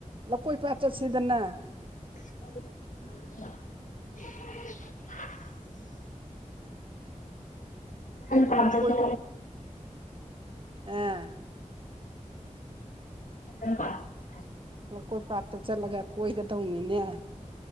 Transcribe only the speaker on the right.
ꯂꯧꯀꯣꯏ ꯄꯥ ꯆꯠꯁꯤꯗꯅ
ꯂꯧꯀꯣꯏ
ꯑꯥ
ꯂꯀꯣꯏ ꯄꯥꯠꯇ ꯆꯠꯂꯒ ꯀꯣꯏꯒꯗꯧꯅꯤꯅꯦ